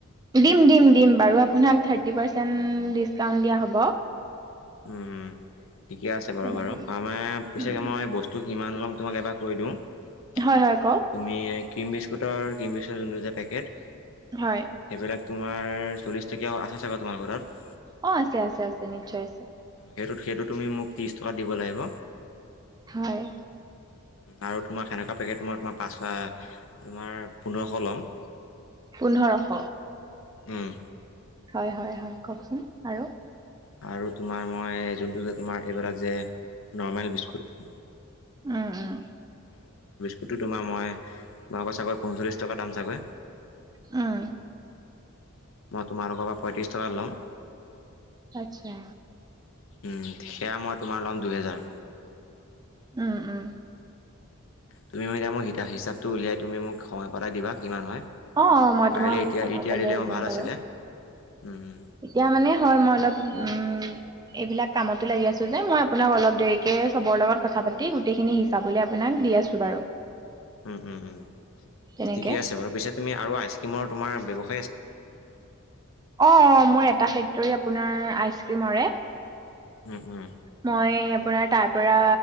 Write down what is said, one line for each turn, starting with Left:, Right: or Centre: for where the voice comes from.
Right: দিম দিম দিম বাৰু আপোনাক থাৰ্টি পাৰ্চেন্ট ডিছকাউণ্ট দিয়া হ'ব।
Left: উম উম ঠিকে আছে বাৰু
Right: তেনেকে
Left: বাৰু আমাৰ পিছে
Right: উম,
Left: মই বস্তু কিমান লম তোমাক এবাৰ কৈ দিওঁ তুমি
Right: হয় হয় কওক
Left: ক্ৰীম বিস্- দুটাৰ <unintelligible> পেকেট
Right: হয়
Left: সেইবিলাক তোমাৰ চল্লিছ টকীয়া আছে চাগৈ তোমাৰ ঘৰত
Right: অ আছে আছে আছে নিশ্চয় আছে।
Left: সেইটোত সেইটো তুমি মোক ত্ৰিছ টকাত দিব লাগিব।
Right: হয়
Left: আৰু তোমাক সেনেকুৱা পেকেট মই তোমাৰ পাঁচশ তোমাৰ পোন্ধৰশ ল'ম।
Right: পোন্ধৰশ
Left: উম,
Right: হয় হয় হয় কওকচোন আৰু
Left: আৰু তোমাৰ মই, যোনটো যে তোমাৰ এইবিলাক যে নৰ্মেল বিস্কুট।
Right: উম উম।
Left: সিটো তোমাৰ মই মাকৰ চাগৈ পঞ্চল্লিছ টকা দাম চাগৈ
Right: উম
Left: মই তোমালোকৰ পৰা পঁয়ত্ৰিছ টকাত ল'ম
Right: আচ্ছা
Left: উম, সেয়া মই তোমাৰ ল'ম দুহেজাৰ
Right: উম উম
Left: তুমি ম এতিয়া মোৰ হিতা হিচাপটো উলিয়াই তুমি মোক সময় পেলাই দিবা কিমান হয়
Right: অ অ মই
Left: পাৰিলে
Right: তোমাক
Left: এতিয়া-এতিয়া
Right: সময় পালে
Left: দিলে অ,
Right: দিম
Left: ভাল
Right: বাৰু
Left: আছিলে। উম
Right: এতিয়া মানে। হয়। মই অলপ উম এইবিলাক কামতো লাগি আছো যে মই আপোনাক অলপ দেৰিকে চবৰ লগত কথা কথা পাতি গোটেইখিনি হিচাব উলিয়াই আপোনাক দি আছো বাৰু।
Left: উম উম উম
Right: তেনেকে
Left: ঠিকে আছে বাৰু পিছে তুমি আৰু আইচক্ৰিমৰ তোমাৰ ব্যৱহা-
Right: অ মোৰ এটা ফেক্টৰী আপোনাৰ আইচ ক্ৰীমৰে।
Left: উম উম
Right: মই আপোনাৰ তাৰ পৰা